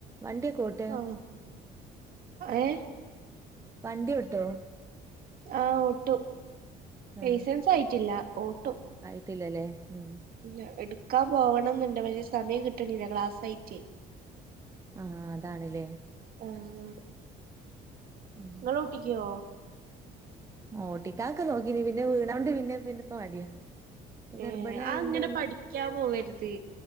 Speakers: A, on the right; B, on the right.
A: വണ്ടി ഒക്കെ ഒ
B: ആഹ് ഏഹ്
A: വണ്ടി ഓട്ടോ
B: ആഹ് ഓട്ടു
A: ആ
B: ലൈസൻസ് ആയിട്ടില്ല ഓട്ടു
A: ആയിട്ടില്ലല്ലേ ഉം
B: ഇല്ല എടുക്കാൻ പോവണം ന്നുണ്ട് പക്ഷെ സമയം കിട്ടണില്ല ക്ലാസ്സായിട്ടെ
A: ആഹ് അതാണ് ലെ
B: ആഹ്
A: ഉം
B: ഇങ്ങള കുട്ടിക്കോ
A: ഓട്ടിക്കാക്കെ നോക്കിനി പിന്നെ വീണോണ്ട് പിന്നെ പിന്നെപ്പ മടിയാ ഇപ്പൊ
B: ഏഹ്
A: ഗർഭിണി ആയോണ്ട്
B: അത് ഇങ്ങന പഠിക്കാൻ പോവരുത്